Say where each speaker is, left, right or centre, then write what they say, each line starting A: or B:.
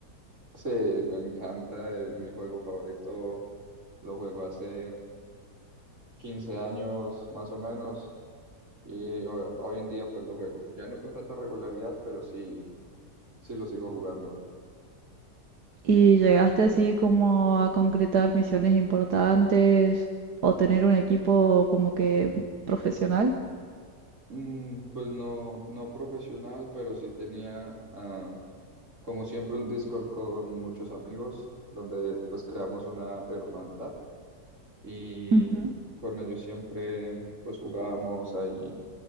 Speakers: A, on the right (about 45°); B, on the right (about 75°).
A: Sí, me encanta, es mi juego favorito. Lo juego hace 15 años más o menos y ho- hoy, en día pues lo juego. Ya no con tanta regularidad, pero sí, sí lo sigo jugando.
B: ¿Y llegaste así como a concretar misiones importantes o tener un equipo como que profesional?
A: Mm, pues no, no profesional, pero sí tenía ah, como siempre un Discord con muchos amigos donde pues creamos una hermandad y
B: Ujú,
A: con ellos siempre pues jugábamos ahí,